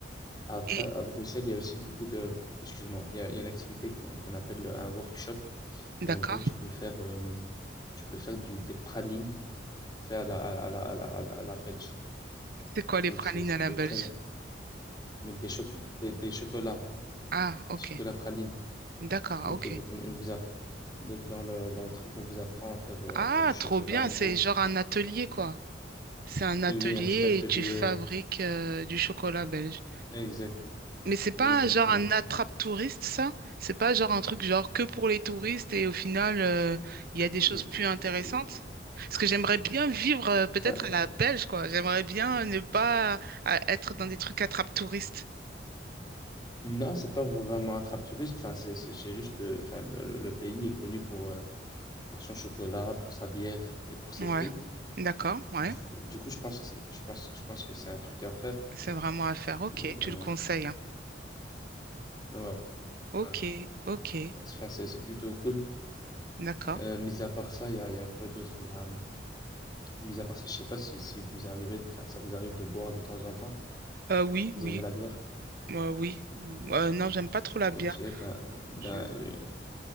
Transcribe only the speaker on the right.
Et
d'accord.
C'est quoi les
pralines
à la
Belge?
Ah,
ok.
D'accord,
ok.
Ah,
trop bien.
C'est
genre un atelier, quoi. C'est un atelier
et tu fabriques euh, du chocolat belge.
Mais c'est pas
genre un attrape-touriste, ça? C'est pas genre un truc genre que pour les touristes et au final, euh, il y a des
choses plus intéressantes?
Parce que j'aimerais bien vivre euh, peut-être
à la Belge, quoi. J'aimerais bien ne pas euh, être dans des trucs attrape-touristes.
Ouais,
d'accord, ouais.
C'est vraiment à faire. Ok,
tu le conseilles, hein.
Ok,
ok,
d'accord.
Euh, oui,
oui,
euh, oui. Euh, non, j'aime pas trop la
bière.
Je-